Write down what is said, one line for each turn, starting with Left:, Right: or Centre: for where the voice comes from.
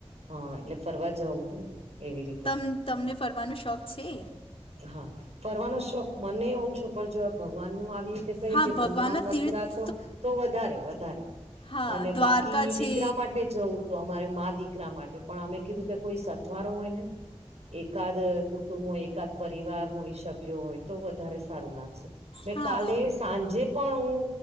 Right: હા એટલે ફરવા જવં તું એવી રીતે
Left: તમ તમને ફરવાનો શોખ છે?
Right: હા ફરવાનો શોખ મને ઓછો પણ જો ભગવાન નું આવી રીતે ક
Left: હા
Right: કે વૃંદાવન
Left: ભગવાનના
Right: મથુરા
Left: તીર્થ
Right: તો તો વધારે વધારે
Left: હા
Right: અને
Left: દ્વારકા
Right: બાકી
Left: છે
Right: દીકરા માટે જ જવું હતું અમારે મા દીકરા માટે પણ અમે કીધું કે કોઈ સથવારો હોય ને એકાદ કુટુંબ હોય એકાદ પરિવાર હોય સભ્યો હોય તો વધારે સારું લાગશે મે
Left: હા
Right: કાલે સાંજે પણ હું